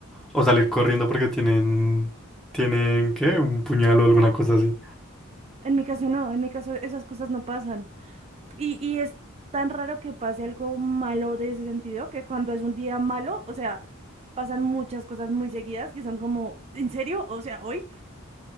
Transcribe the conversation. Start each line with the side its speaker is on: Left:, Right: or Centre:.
Centre: o salir corriendo porque tienen... Tienen, ¿qué? Un puñal o alguna cosa así.
Right: En mi caso no, en mi caso esas cosas no pasan. Y, y es tan raro que pase algo malo de ese sentido, que cuando es un día malo, o sea, pasan muchas cosas muy seguidas que son como, ¿en serio? O sea, ¿hoy?